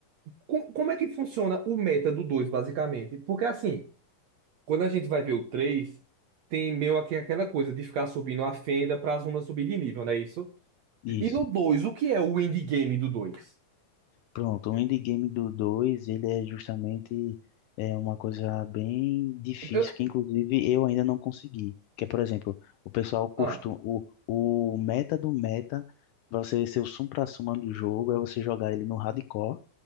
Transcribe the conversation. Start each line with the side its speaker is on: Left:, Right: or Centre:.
Right: com- Como é que funciona o meta do 2, basicamente? Porque, assim, quando a gente vai ver o 3, tem meio aqui aquela coisa de ficar subindo a fenda pra zona subir de nível, não é isso?
Left: Isso.
Right: E no dois, o que é o endgame do 2?
Left: Pronto, o endgame do dois ele é justamente é uma coisa bem difícil,
Right: Eu-
Left: que inclusive eu ainda não consegui. Que é, por exemplo, o pessoal costuma...
Right: Ah,
Left: O, o meta do meta, pra você ser o supra-suma do jogo, é você jogar ele no hardcore,